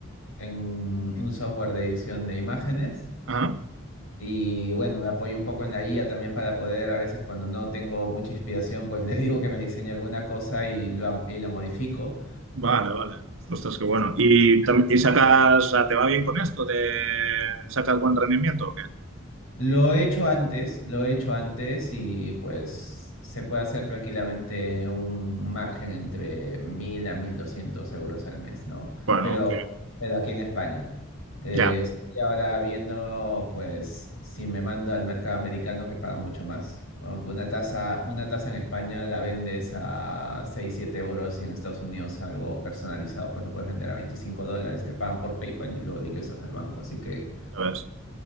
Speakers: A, on the left; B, on the right.
A: en un software de edición de imágenes.
B: Ajá.
A: Y bueno, me apoyo un poco en la IA también para poder, a veces cuando no tengo mucha inspiración, pues <laughs> le digo que me diseñe alguna cosa y lo y la modifico.
B: Vale, vale. Ostras, qué bueno. ¿Y, tam- y sacas, o sea, te va bien con esto? ¿Te sacas buen rendimiento o qué?
A: Lo he hecho antes, lo he hecho antes y pues se puede hacer tranquilamente un margen entre 1000 a 1200 euros al mes, ¿no?
B: Bueno,
A: Pero,
B: que
A: pero aquí en España. Eh,
B: ya.
A: estoy ahora viendo pues si me mando al mercado americano que paga mucho más. O Una tasa una tasa en España la vendes a seis siete euros y en Estados Unidos algo personalizado pues lo puedes vender a 25 dólares, te pagan por PayPal y luego lo ingresas al banco, así que...
B: Ya ves.